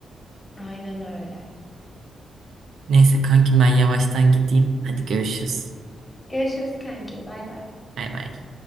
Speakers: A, on the left (about 20°); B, on the right (about 75°).
A: Aynen öyle.
B: Neyse kanki ben yavaştan gideyim. Hadi görüşürüz.
A: Görüşürüz kanki. Bay bay.
B: Bay bay.